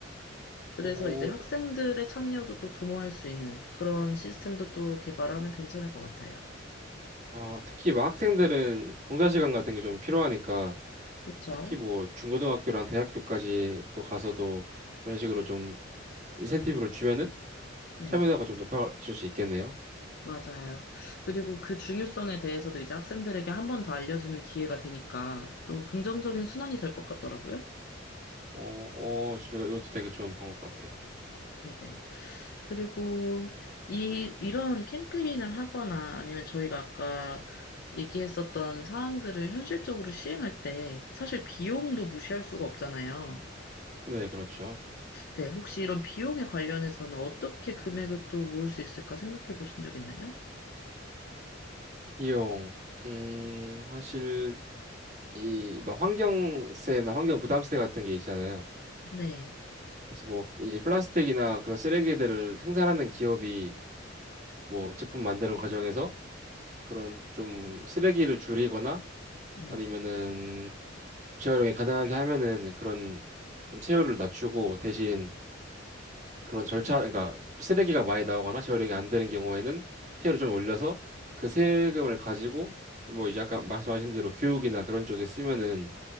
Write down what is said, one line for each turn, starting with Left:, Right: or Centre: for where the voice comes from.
Left: 그래서
Right: 오,
Left: 이제 학생들의 참여도 또 도모할 수 있는 그런 시스템도 또 개발하면 괜찮을 것 같아요.
Right: 어, 특히 막 학생들은 봉사 시간
Left: 네.
Right: 같은 게 좀 필요하니까
Left: 그쵸?
Right: 특히 뭐 중고등학교랑 대학교까지 또 가서도 그런 식으로 좀 인센티브를 주면은
Left: 네.
Right: 참여도가 좀 높아질 수 있겠네요.
Left: 맞아요. 그리고 그 중요성에 대해서도 이제 학생들에게 한 번 더 알려주는 기회가 되니까 또 긍정적인 순환이 될 것 같더라고요.
Right: 어, 어, 진짜 이것도 되게 좋은 방법 같아요.
Left: 네네. 그리고 이, 이런 캠페인을 하거나 아니면 저희가 아까 얘기했었던 사항들을 현실적으로 시행할 때 사실 비용도 무시할 수가 없잖아요.
Right: 네, 그렇죠.
Left: 네, 혹시 이런 비용에 관련해서는 어떻게 금액을 또 모을 수 있을까 생각해 보신 적 있나요?
Right: 비용, 음, 사실 이 막 환경세나 환경 부담세 같은 게 있잖아요.
Left: 네,
Right: 그래서 뭐 이제 플라스틱이나 그런 쓰레기들을 생산하는 기업이 뭐 제품 만드는 과정에서 그런 좀 쓰레기를 줄이거나
Left: 네.
Right: 아니면은 재활용이 가능하게 하면은 그런 좀 세율을 낮추고 대신 그런 절차, 그러니까 쓰레기가 많이 나오거나 재활용이 안 되는 경우에는 세율을 좀 올려서 그 세금을 가지고 뭐 이제 아까 말씀하신 대로 교육이나 그런 쪽에 쓰면은